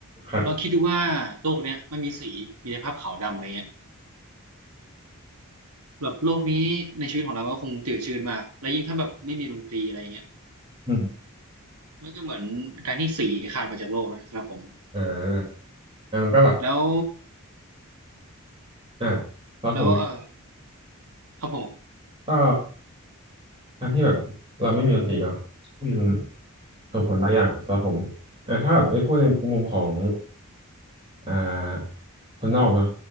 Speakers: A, on the right; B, on the right.
A: ครับ
B: ลองคิดดูว่าโลกเนี้ยไม่มีสีมีแต่ภาพขาวดำอะไรเงี้ยแบบโลกนี้ในชีวิตของเรามันก็คงจืดชืดมากแล้วยิ่งถ้าแบบไม่มีดนตรีอะไรเงี้ย
A: อืม
B: มันก็เหมือนการที่สีขาดไปจากโลกนะครับผม
A: อ่าแล้วมันก็แบบ
B: แล้ว
A: อ่าแล้วผม
B: แล้วเออครับผม
A: ก็การที่แบบเราไม่มีดนตรีเนาะอืม ส่งผลหลายอย่างสำหรับผมแต่ถ้าแบบไม่พูดในมุมของอ่าคนนอกเนาะ